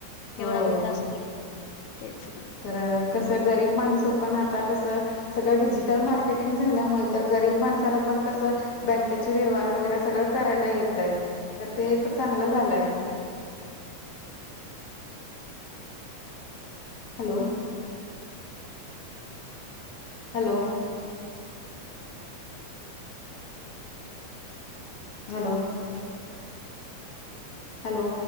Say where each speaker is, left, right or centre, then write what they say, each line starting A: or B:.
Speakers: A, on the left; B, on the left.
A: हो.
B: एवढा विकास मिल तेच पण
A: तर कसं गरीब माणसं पण आता कसं? सगळं डिजिटल मार्केटिंग झाल्यामुळे तर गरीब माणसाला पण कसं? बँकेचे व्यवहार वगैरे सगळं करायला येतय तर ते एक चांगलं झालंय. हॅलो. हॅलो. हॅलो. हॅलो.